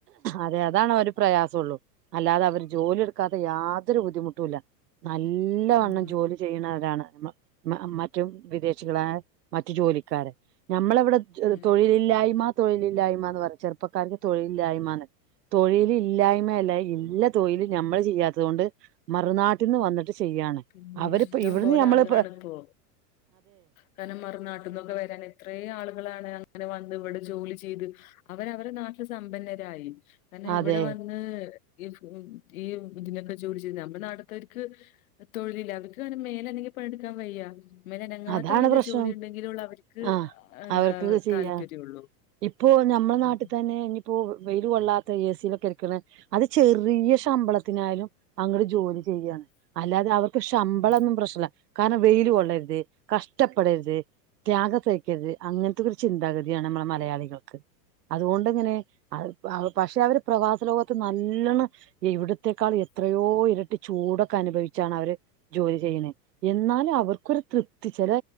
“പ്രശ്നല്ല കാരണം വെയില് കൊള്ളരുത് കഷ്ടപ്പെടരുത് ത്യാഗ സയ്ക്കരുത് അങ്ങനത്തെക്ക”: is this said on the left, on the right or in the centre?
Right